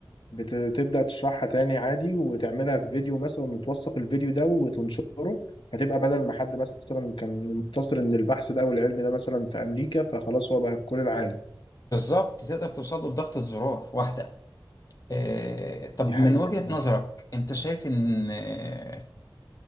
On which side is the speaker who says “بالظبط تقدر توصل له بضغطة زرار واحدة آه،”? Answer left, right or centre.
Left